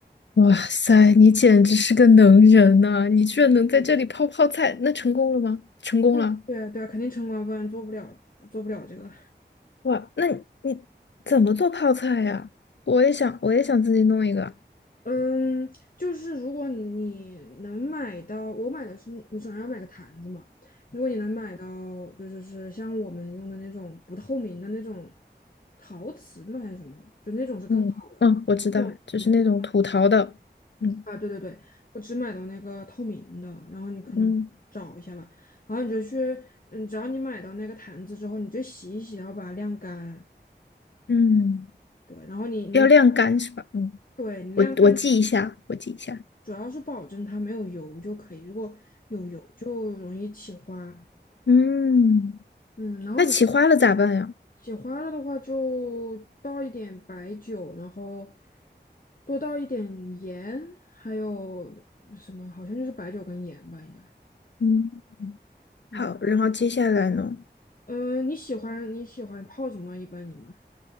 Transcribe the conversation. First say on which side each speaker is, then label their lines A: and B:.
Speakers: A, on the left (about 80°); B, on the left (about 50°).
A: 哇塞，你简直是个能人呐、你居然能在这里泡泡菜，那成功了吗？成功了！
B: 对对啊，对啊，肯定城管，不然做不了做不了这个。
A: 哇，那你你怎么做泡菜呀？我也想，我也想自己弄一个。
B: 嗯，就是如果你能买到，我买的是你总要买个坛子嘛。如果你能买到，就是是像我们用的那种不透明的那种陶瓷的吗？还是什么？就那种是更好的。
A: 嗯嗯，我知道，
B: 我我们那
A: 就是那种土陶的。嗯
B: 啊，对对对，我只买到那个透明的，然后你可能找一下吧。
A: 嗯
B: 然后你就去，嗯，只要你买到那个坛子之后，你就洗一洗，然后把它晾干。
A: 嗯，
B: 对，然后你你
A: 要晾干是吧？嗯，
B: 对你晾干。
A: 我我记一下，我记一下。
B: 主要是保证它没有油就可以，如果有油就容易起花。
A: 嗯。
B: 嗯，然后你
A: 那起花了咋办呀？
B: 起花了的话，就倒一点白酒，然后多倒一点盐，还有什么？好像就是白酒跟盐吧，应该。
A: 嗯，
B: 嗯，
A: 好，然后接下来呢？
B: 呃，你喜欢你喜欢泡什么？一般你们？